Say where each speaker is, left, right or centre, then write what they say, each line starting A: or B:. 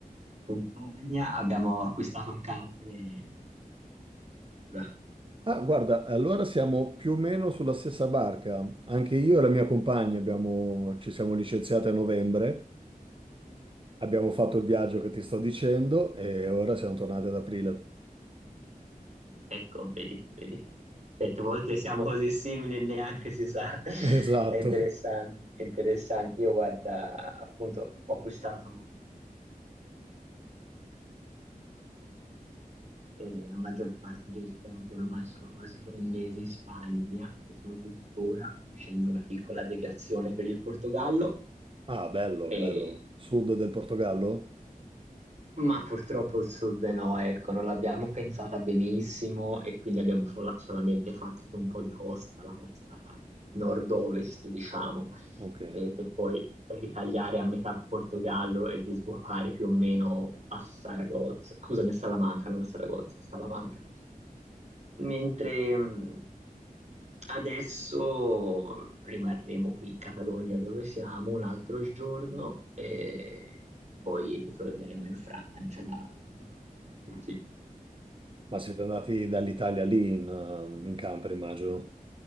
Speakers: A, on the right; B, on the right.
A: compagna abbiamo acquistato un camper e all'avventura.
B: Ah, guarda, allora siamo più o meno sulla stessa barca. Anche io e la mia compagna abbiamo- ci siamo licenziati a novembre, abbiamo fatto il viaggio che ti sto dicendo e ora siamo tornati ad aprile. <laughs>
A: Ecco, vedi, vedi. Certe volte siamo così simili e neanche si sa. <laughs>
B: Esatto.
A: È interessante, è interessante. Io guarda, appunto, ho acquistato e la maggior parte del tempo, ormai sono quasi tre mesi in Spagna, dove sono tuttora facendo una piccola deviazione per il Portogallo
B: Ah, bello,
A: e
B: bello. Sud del Portogallo?
A: Ma purtroppo il sud no, ecco, non l'abbiamo pensata benissimo e quindi abbiamo sola- solamente fatto un po' di costa, la costa nord-ovest, diciamo,
B: Ok.
A: eh, per poi ritagliare a metà Portogallo e risbucare più o meno a Saragozza, scusami, a Salamanca, non a Saragozza, a Salamanca. Mentre mh, adesso rimarremo qui in Catalogna dove siamo un altro giorno e poi ritorneremo in Francia da domani all'altro. Sì,
B: Ma siete andati dall'Italia lì in, eh, in camper, immagino.